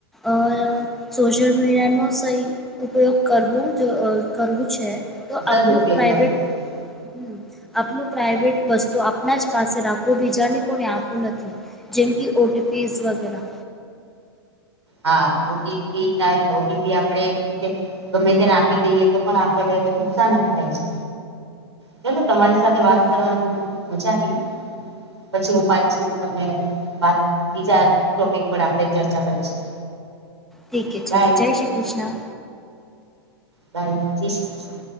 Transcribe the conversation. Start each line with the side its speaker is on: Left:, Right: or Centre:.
Centre: અય સોશિયલ મીડિયાનો સહી ઉપયોગ કરવો જ અ કરવું છે. તો આપડું
Right: સદઉપયોગ
Centre: પ્રાઈવેટ
Right: કરવો જોઈએ
Centre: હમ આપણું પ્રાઇવેટ વસ્તુ આપણા જ પાસે રાખવું બીજાને કોને આપવું નથી. જેમ કે ઓટીપીઝ વગેરા...
Right: હા ઓટીપી ના ઓટીપી આપડે એવી રીતે ગમે તેને આપી દઈએ તો પણ આપડે નુકસાન જ થાય છે. ચલો તમારી સાથે વાત
Centre: હમ,
Right: કરવાની મજા આવી. પછી હું પાછી તમને વાત બીજા ટોપિક પર આપણે ચર્ચા કરીશું.
Centre: ઠીકે ચલો,
Right: બાય
Centre: જય શ્રી કૃષ્ણ!
Right: બાય જય શ્રી કૃષ્ણ.